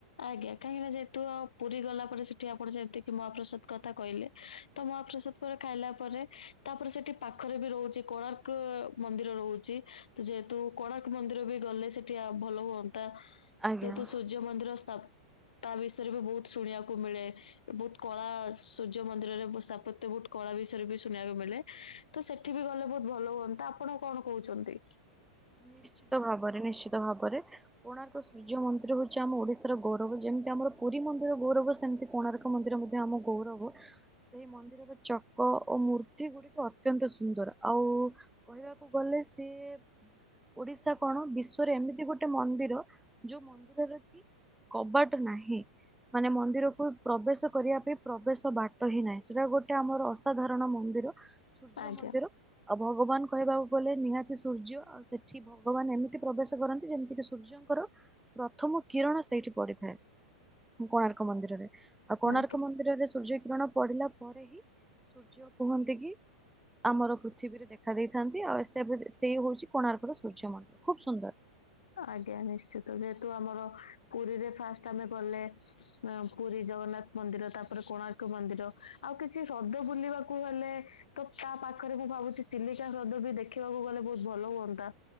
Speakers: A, on the left; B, in the centre.
A: ଆଜ୍ଞା କାହିଁକି ନା ଯେହେତୁ ପୁରୀ ଗଲା ପରେ ସେଠି ଆପଣ ଯେମିତିକି ମହାପ୍ରସାଦ କଥା କହିଲେ ତ ମହାପ୍ରସାଦ ପରେ ଖାଇଲା ପରେ ତାପରେ ସେଠି ପାଖରେ ବି ରହୁଛି କୋଣାର୍କ ମନ୍ଦିର ରହୁଛି ତ ଯେହେତୁ କୋଣାର୍କ ମନ୍ଦିର ବି ଗଲେ ସେଠି ଭଲ ହୁଅନ୍ତା
B: ଆଜ୍ଞା
A: ଯେହେତୁ ସୂର୍ଯ୍ୟ ମନ୍ଦିର ତ୍ ତା ବିଷୟରେ ବି ବହୁତ ଶୁଣିବାକୁ ମିଳେ ବହୁତ କଳା ସୂର୍ଯ୍ୟ ମନ୍ଦିରରେ ସ୍ଥାପତ୍ୟ ବହୁତ କଳା ବିଷୟରେ ବି ଶୁଣିବାକୁ ମିଳେ ତ ସେଠି ବି ଗଲେ ବହୁତ ଭଲ ହୁଅନ୍ତା ଆପଣ କଣ କହୁଛନ୍ତି?
B: ନିଶ୍ଚିତ ଭାବରେ ନିଶ୍ଚିତ ଭାବରେ କୋଣାର୍କ ସୂର୍ଯ୍ୟ ମନ୍ଦିର ହଉଛି ଆମ ଓଡିଶାର ଗୌରବ ଯେମିତି ମତି ଆମର ପୁରୀ ମନ୍ଦିର ଗୌରବ ସେମିତି କୋଣାର୍କ ମନ୍ଦିର ମଧ୍ୟ ଆମ ଗୌରବ ସେଇ ମନ୍ଦିରର ଓ ମୂର୍ତ୍ତି ଗୁଡିକ ଅତ୍ୟନ୍ତ ସୁନ୍ଦର ଆଉ କହିବାକୁ ଗଲେ ସିଏ ଓଡିଶା କଣ ବିଶ୍ଵରେ ଏମିତି ଗୋଟେ ମନ୍ଦିର ଯୋଉ ମନ୍ଦିରରେ କି କବାଟ ନାହିଁ। ମାନେ ମନ୍ଦିରକୁ ପ୍ରବେଶ କରିବା ପାଇଁ ପ୍ରବେଶ ବାଟ ହିଁ ନାହିଁ ସେଟା ଗୋଟେ ଆମର ଅସାଧାରଣ ମ ସୂର୍ଯ୍ୟ
A: ଆଜ୍ଞା
B: ମନ୍ଦିର ଆଉ ଭଗବାନ କହିବାକୁ ଗଲେ ନିହାତି ସୂର୍ଯ୍ୟ ଆଉ ସେ ସେଠ ଭଗବାନ ଏମିତି ପ୍ରବେଶ କରନ୍ତି ଯେମିତିକି ସୂର୍ଯ୍ୟଙ୍କର ପ୍ରଥମ କିରଣ ସେଇଠି ପଡିଥାଏ କୋଣାର୍କ ମନ୍ଦିରରେ ଆଉ କୋଣାର୍କ
A: ଆଜ୍ଞା
B: ମନ୍ଦିରରେ ସୂର୍ଯ୍ୟ କିିରଣ ପଢିଲା ପରେ ହିଁ ସୂର୍ଯ୍ୟ କୁହନ୍ତି କି ଆମର ପୃଥିବୀରେ ଦେଖା ଦେଇଥାନ୍ତି ଆଉ ସେ ସେଇ ହଉଛି କୋଣାର୍କର ସୂର୍ଯ୍ୟ ମନ୍ଦିର ଖୁବ ସୁନ୍ଦର
A: ଆଜ୍ଞା ନିଶ୍ଚିତ ଯେହେତୁ ଆମର ପୁରୀରେ ଫାଷ୍ଟ ଆମେ ଗଲେ ପୁରୀ ଜଗନ୍ନାଥ ମନ୍ଦିର ତାପରେ କୋଣାର୍କ ମନ୍ଦିର ଆଉ କିଛି ହ୍ରଦ ବୁଲିବାକୁ ଗଲେ ପାଖରେ ମୁଁ ଭାବୁଛି ଚିଲିକା ହ୍ରଦ ବି ଦେଖିବାକୁ ଗଲେ ବହୁତ ଭଲ ହୁଅନ୍ତା